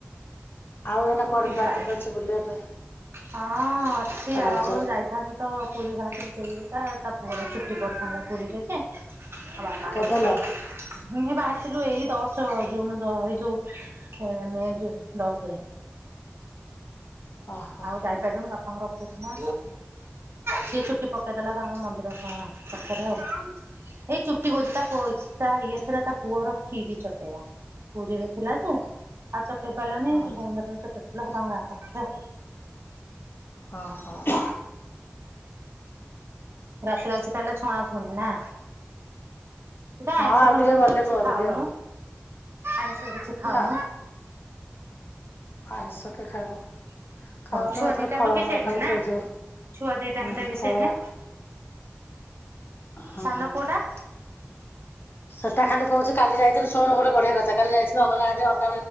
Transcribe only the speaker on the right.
ପିମ୍ପାଡୁ।
ହଁ ଅଛି ଆଉ
ଯାଇଥାନ୍ତୁ ତ। ପୁରୀ ଭାତ ଦେଇ ତା ତା ପୁଅ ଚୁଟି ପଡିଥାନ୍ତା ପୁରୀରେ ଯେ। ଵାପାଙ୍କ
ଭିତର
ତ ହ୍ନି ଵା ଆସିଥିଲୁ ଏଇ ଦଶ ଜୁନ ଏଇ ଯୋଉ ମେ ଦଶରେ।
ଆଉ ଯାଇପାରିଲୁନଣି ବାପାଙ୍କର। କଷ୍ଣ ସିଏ ଚଛୁଟି ପକେଇଦେଲା ତାଙ୍କୁ ମନ୍ଦିର କ ପାଖରେ। ଏଇ ଚୁଟି କଛି ତା ତା ଇଏ ଥିଲା ତା ପୁଅର ଖ୍ଷୀରି ଚଟେଇବା। ପୁରୀରେ ଥିଲା ଯେ ଆଉ ଚଟ ପାରିଲାନି
ଶୁଭ ମନ୍ଦି ଚଟ ପଡ଼ା ତଙ୍କ ଗାଁ ପାଖରେ।
ରାତି ରେ ଆଜି ତାହାଲେ ଛନଛୁଣି ନା। ତୁ ପା ଆଇଁସ
ଫଇସ
ବୋଧେ
କିଛି
ଖାଉନୁ।
ଆଇଁସ କିଛି ଖାଉନୁ।
ଭଲ ଛୁଆ
ଦିଟାଙ୍କ
ବି ସେଇମ
ନା
ଛୁଆ ଦିଟାଙ୍କ
ଟ ବି
ସେଇମ।
ସାନ ପୁଅଟା।